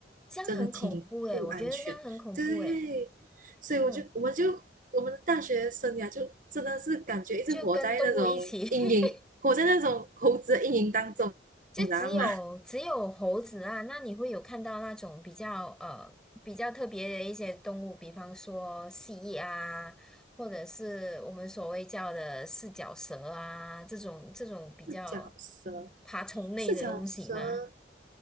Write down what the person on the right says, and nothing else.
真的挺不安全。
对，所以我就我们就我们的大学生涯就真的是感觉一直活在那种阴影，
活在那种猴子的阴影当中，
你知道吗？
四脚蛇，
四脚蛇，